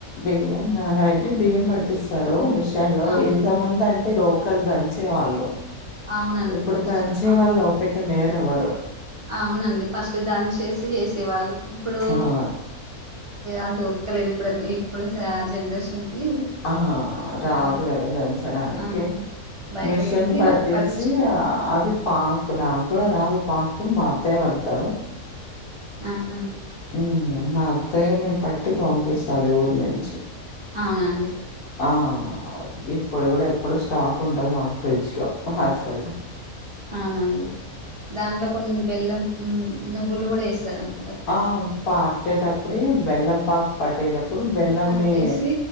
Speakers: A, on the left; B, on the right.
A: బియ్యం నానబెట్టి బియ్యం పట్టిస్తారు మిషన్ లో
B: అవునండి
A: ఇంత ముందు అంటే రో కలి దంచేవాళ్ళు
B: అవునండి
A: ఇప్పుడు
B: ఫస్ట్లా
A: దంచే
B: అవును
A: వాళ్ళు ఓపిక లేరు ఎవరు
B: అవునండి ఫస్ట్ దంచేసి చేసేవాళ్ళు ఇప్పుడు
A: ఆ
B: అంత ఒపికలేదు ఇప్పుడు ఇప్పుడు స జనరేషన్ కి
A: ఆ రాదు
B: ఆ
A: గదా దంచడానికి
B: ఆ బయటకి
A: మిషన్
B: వెళ్ళి
A: పట్టించి
B: పట్టించు
A: అది పాక్ ఇగ నాకు కూడా రాదు పాకు మా అత్తయ్య పడతారు
B: అహ
A: ఊమ్ నా అత్తయ్య నే పట్టి ఫంపిస్తది ఊరు నుంచి
B: అవునా అండి
A: ఆ ఇప్పుడు కూడా ఎప్పుడు స్టాక్ ఉంటది మాకు ఫ్రిడ్జ్ లో అరిసలు
B: అవునా అండి దాంట్లో కొన్ని బెల్లం ను నువ్వులు కూడా ఏస్తారండి
A: ఆ పాట్టేప్పుడే బెల్లం పాక్ పట్టేటప్పుడు బెల్లంని
B: పట్టేసి